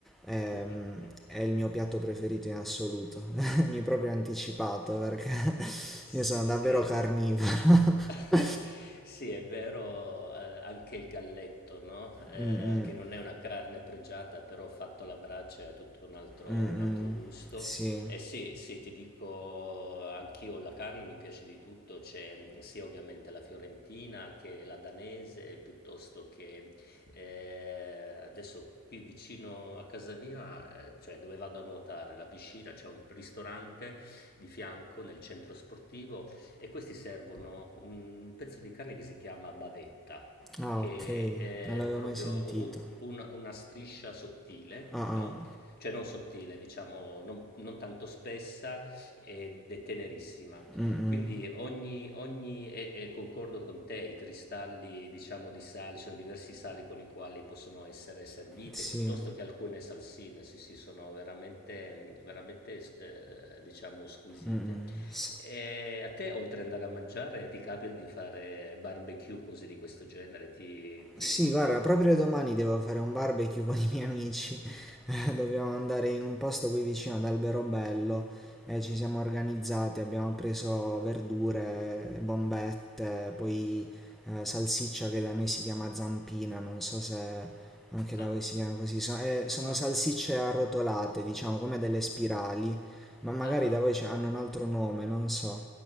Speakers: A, in the centre; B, on the left.
A: ehm,
B: <laughs>
A: è il mio piatto preferito in assoluto. <laughs> Mi hai proprio anticipato perché <laughs>
B: Sì,
A: io sono
B: sì.
A: davvero carnivoro.
B: <laughs>
A: <laughs>
B: Sì, è vero, ehm, anche il galletto, no, ehm,
A: Mm, mm.
B: che non è una carne pregiata, però fatto alla brace è tutto un altro
A: Mh-mh.
B: un altro gusto.
A: Sì.
B: E sì, sì, ti dico anch'io la carne mi piace di tutto, c'è, mhmm, sia ovviamente la fiorentina che la danese, piuttosto che eh, adesso qui vicino a casa mia, eh, cioè dove vado a nuotare, la piscina, c'è un ristorante di fianco nel centro sportivo e questi servono un pezzo di carne che si chiama bavetta,
A: Ah,
B: che
A: okay.
B: è
A: Non l'avevo
B: proprio
A: mai sentito.
B: u- u- una, una striscia sottile,
A: Ah-ah.
B: no? Cioè non sottile, diciamo, non, non tanto spessa ed è tenerissima.
A: Mh-mh.
B: Quindi ogni ogni e e concordo con te, i cristalli diciamo di sale sono diversi sali con i quali possono essere servite,
A: Sì.
B: piuttosto che alcune salsine, sì, sì, sono veramente mhmm, veramente s ehm, diciamo squisite.
A: Mh-mh. S
B: Ehm, a te oltre ad andare a mangiare, ti capita di fare barbecue, cose di questo genere? Ti ti
A: Sì, guarda, proprio domani devo fare un barbecue con i miei amici.
B: <laughs>
A: <laughs> Eh, Dobbiamo andare in un posto qui vicino ad Alberobello. E ci
B: mh-mh.
A: siamo organizzati, abbiamo preso verdure, bombette, poi eh, salsiccia che da noi si chiama zampina, non so se anche
B: Ah,
A: da voi si chiama così. So- eh, sono
B: no.
A: salsicce arrotolate, diciamo, come delle spirali, ma magari
B: Ah.
A: da voi c'è- hanno un altro nome, non so.